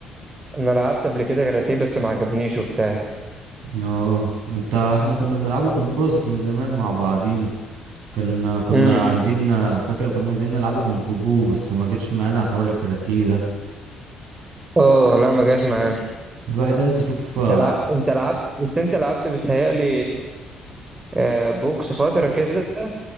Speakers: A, on the right; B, on the right.
A: انا لعبت قبل كده كاراتيه بس ما عجبنيش وبتاع
B: اه انت احنا كنا بنلعبه كومبوز زمان مع بعضينا كنا كنا
A: امم
B: عايزين فاكر كنا عايزين نلعبه كونغ فو بس ما جتش معانا حوار الكاراتيه ده
A: اه لا ما جاش معانا
B: الواحد عايز يشوف آه،
A: انت لعبت انت لعبت بس انت لعبت بتهيألي آه، بوكس فترة كده